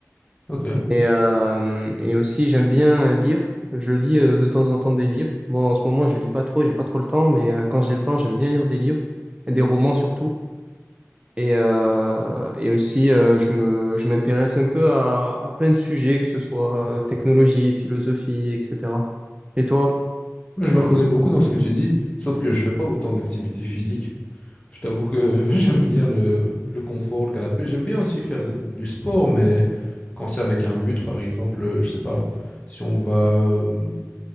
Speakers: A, on the left (about 25°); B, on the right (about 20°).
A: Ok.
B: Et, euh, et aussi, j'aime bien euh, lire. Je lis euh, de temps en temps des livres. Bon, en ce moment, je lis pas trop, j'ai pas trop le temps, mais euh, quand j'ai le temps, j'aime bien lire des livres, et des romans surtout. Et, euh, et aussi, euh, je me, je m'intéresse un peu à, à plein de sujets, que ce soit euh, technologie, philosophie, etc. Et toi?
A: Moi, je me reconnais beaucoup dans ce que tu dis, sauf que je fais pas autant d'activités physiques. Je t'avoue que <laughs> j'aime bien le, le confort, le canapé. J'aime bien aussi faire de- du sport, mais quand c'est avec un but, par exemple, euh, je sais pas, si on va euh,